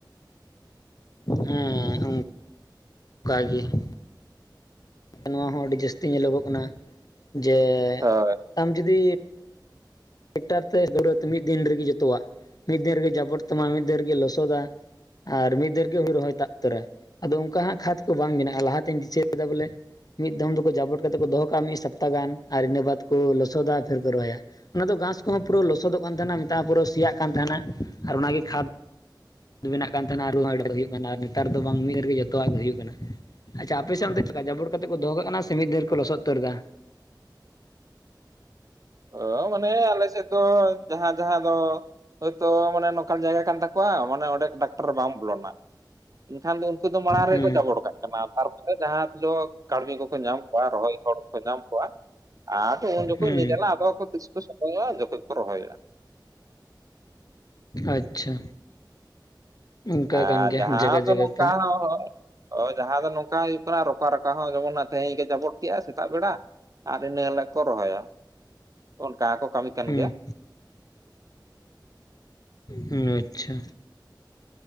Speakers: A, on the left (about 55°); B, on the right (about 45°).
A: ᱦᱮᱸ ᱚᱱᱠᱟᱜᱮ <unintelligible> ᱱᱚᱣᱟ ᱦᱚᱸ ᱟᱹᱰᱤ ᱡᱟᱹᱥᱛᱤ ᱧᱮᱞᱚᱜᱚᱜ ᱠᱟᱱᱟ ᱡᱮ
B: ᱦᱳᱭ
A: ᱟᱢ ᱡᱩᱫᱤ ᱴᱮᱠᱴᱟᱨ ᱛᱮ ᱵᱨᱚᱛ ᱢᱤᱫ ᱫᱤᱱ ᱨᱮᱜᱮ ᱡᱚᱛᱚᱣᱟᱜ ᱢᱤᱫ ᱫᱤᱱ ᱨᱮᱜᱮ ᱡᱟᱵᱚᱰ ᱛᱟᱢᱟ ᱢᱤᱫ ᱫᱤᱱ ᱨᱮᱜᱮ ᱞᱚᱥᱚᱫᱟ ᱟᱨ ᱢᱤᱫ ᱫᱤᱱ ᱜᱮ ᱦᱩᱲᱩ ᱨᱚᱦᱚᱭ ᱛᱟ ᱩᱛᱟᱹᱨᱟ ᱟᱫᱚ ᱚᱱᱠᱟ ᱦᱟᱸᱜ ᱠᱷᱟᱫ ᱠᱚ ᱵᱟᱝ ᱢᱮᱱᱟᱜᱼᱟ ᱞᱟᱦᱟᱛᱤᱧ ᱫᱤᱥᱟᱹᱟ ᱵᱚᱞᱮ ᱢᱤᱫ ᱫᱚᱢ ᱫᱚᱠᱚ ᱡᱟᱵᱚᱰ ᱠᱟᱛᱮ ᱠᱚ ᱫᱚᱦᱚ ᱠᱟᱜᱼᱟ ᱢᱤᱫ ᱥᱚᱯᱛᱟ ᱜᱟᱱ ᱟᱨ ᱤᱱᱟᱹ ᱵᱟᱫ ᱠᱚ ᱞᱚᱥᱚᱫᱟ ᱟᱨ ᱯᱷᱤᱨ ᱠᱚ ᱨᱚᱦᱚᱭᱟ᱾ ᱚᱱᱟ ᱫᱚ ᱜᱷᱟᱥ ᱠᱚᱦᱚᱸ ᱯᱩᱨᱟᱹ ᱞᱚᱥᱚᱫᱚᱜ ᱠᱟᱱ ᱛᱟᱦᱮᱱᱟ ᱢᱮᱛᱼᱟ ᱯᱩᱨᱟᱹ ᱥᱮᱤᱭᱟᱜ ᱠᱟᱱ ᱛᱟᱦᱮᱱᱟ ᱟᱨ ᱚᱱᱟᱜᱮ ᱠᱷᱟᱫᱽ ᱵᱮᱱᱟᱜ ᱠᱟᱱ ᱛᱟᱦᱮᱱᱟ ᱟᱨᱦᱚᱸ ᱮᱰᱟᱨ <unintelligible> ᱦᱩᱭᱩᱜ ᱠᱟᱱᱟ ᱟᱨ ᱱᱮᱛᱟᱨ ᱫᱚ ᱵᱟᱝ ᱢᱤᱫ ᱨᱮᱜᱮ ᱡᱚᱛᱚᱣᱟᱜ ᱜᱮ ᱦᱩᱭᱩᱜ ᱠᱟᱱᱟ ᱟᱪᱪᱷᱟ ᱟᱯᱮᱥᱮᱱ ᱪᱮᱠᱟ ᱡᱟᱵᱚᱰ ᱠᱟᱛᱮ ᱠᱚ ᱫᱚᱦᱚᱠᱟᱜ ᱠᱟᱱᱟ ᱥᱮ ᱢᱤᱫ ᱫᱟᱤᱱ ᱨᱮ ᱠᱚ ᱞᱚᱥᱚᱫ ᱩᱛᱟᱹᱨ ᱮᱫᱟ
B: ᱚ ᱢᱟᱱᱮᱻ ᱟᱞᱮ ᱥᱮᱫ ᱫᱚ ᱡᱟᱦᱟᱸ ᱡᱟᱦᱟᱸ ᱫᱚ ᱦᱳᱭᱛᱳ ᱢᱟᱱᱮ ᱱᱚᱝᱠᱟᱱ ᱡᱟᱭᱜᱟ ᱠᱟᱱ ᱛᱟᱠᱚᱣᱟ ᱢᱟᱱᱮ ᱚᱸᱰᱮ ᱴᱟᱠᱴᱟᱨ ᱵᱟᱝ ᱵᱚᱞᱚᱱᱟ ᱮᱱᱠᱷᱟᱱ ᱫᱚ ᱩᱱᱠᱩ ᱫᱚ ᱢᱟᱲᱟᱝ
A: ᱦᱩᱸ
B: ᱨᱮᱜᱮᱠᱚ ᱡᱟᱵᱚᱰ ᱠᱟᱜ ᱠᱟᱱᱟ ᱡᱟᱦᱟᱸ ᱛᱚ ᱠᱟᱹᱲᱢᱤ ᱠᱚᱠᱚ ᱧᱟᱢ ᱠᱚᱣᱟ ᱨᱚᱦᱚᱭ ᱦᱚᱲᱠᱚ ᱧᱟᱢ ᱠᱚᱣᱟ ᱟᱫᱚ ᱩᱱ ᱡᱚᱠᱷᱚᱱ
A: ᱦᱩᱸ
B: ᱱᱤ ᱡᱟᱞᱟ ᱟᱫᱚ ᱛᱤᱥ ᱠᱚ ᱥᱚᱢᱚᱭᱚᱜᱼᱟ ᱡᱚᱛᱚᱜᱮ ᱠᱚ ᱨᱚᱦᱚᱭᱟ᱾
A: ᱟᱪᱪᱷᱟ ᱚᱱᱠᱟ
B: ᱟᱨ
A: ᱠᱟᱱ ᱜᱮᱭᱟ
B: ᱡᱟᱦᱟᱸ
A: ᱡᱟᱭᱜᱟ
B: ᱫᱚ
A: ᱡᱟᱭᱜᱟ
B: ᱱᱚᱝᱠᱟ
A: ᱛᱮ
B: ᱦᱚᱸ ᱚ ᱡᱟᱦᱟᱸ ᱫᱚ ᱱᱚᱝᱠᱟ ᱦᱩᱭᱩᱜ ᱠᱟᱱᱟ ᱨᱚᱠᱟ ᱨᱟᱠᱟ ᱦᱚᱸ ᱡᱮᱢᱚᱱ ᱛᱮᱦᱮᱧ ᱡᱟᱵᱚᱰ ᱠᱮᱭᱼᱟ ᱥᱮᱛᱟᱜ ᱵᱮᱲᱟ ᱟᱨ ᱤᱱᱟᱹ ᱦᱤᱞᱳᱜ ᱠᱚ ᱨᱚᱦᱚᱭᱟ ᱚᱱᱠᱟ ᱦᱚᱸᱠᱚ ᱠᱟᱹᱢᱤ ᱠᱟᱱ
A: ᱦᱩᱸ
B: ᱜᱮᱭᱟ᱾
A: ᱦᱩᱸ ᱟᱪᱪᱷᱟ